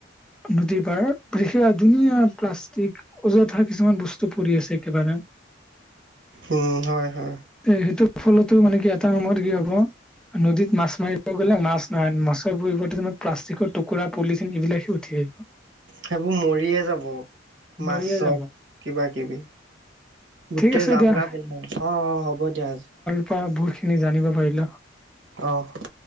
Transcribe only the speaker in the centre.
নদীৰ পাৰ বিশেষ ‌আৰু ধুনীয়া প্লাষ্টিক অযুথা কিছুমান বস্তু পৰি আছে। কিবা নো
এ সেইটো ফলতো মানে কি এটা সময়ত কি হব নদীত মাছ মাৰিব গ'লে মাছ নাই, মাছৰ পৰিৱৰ্তে প্লাষ্টিকৰ টুকুৰা পলিথিন এইবিলাকহে উঠ ঠে
মৰিয়ে যাব
ঠিক
আছে
দিয়া
তোৰপৰা বহুত খিনি জানিব পাৰিলো